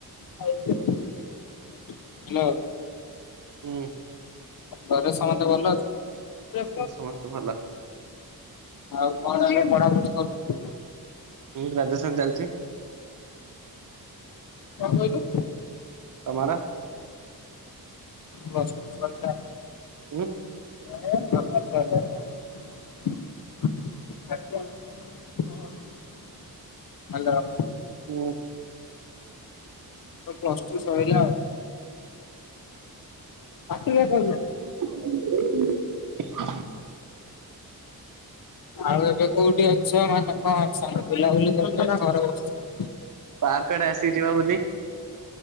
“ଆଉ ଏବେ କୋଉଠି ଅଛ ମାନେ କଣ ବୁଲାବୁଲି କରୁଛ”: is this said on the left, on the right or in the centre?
Left